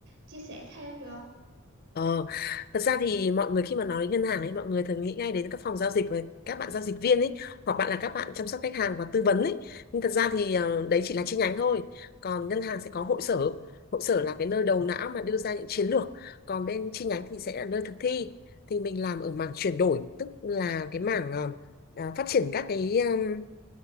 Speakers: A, on the right; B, on the left.
A: chia sẻ thêm được không
B: Ờ, thật ra thì mọi người khi mà nói đến ngân hàng ấy, mọi người thường nghĩ ngay đến các phòng giao dịch và các bạn giao dịch viên ấy, hoặc bạn là các bạn chăm sóc khách hàng và tư vấn ấy. Nhưng thật ra thì ờ, đấy chỉ là chi nhánh thôi. Còn ngân hàng sẽ có hội sở. Hội sở là cái nơi đầu não mà đưa ra những chiến lược. Còn bên chi nhánh thì sẽ là nơi thực thi. Thì mình làm ở mảng chuyển đổi, tức là cái mảng ờ, à, phát triển các cái um,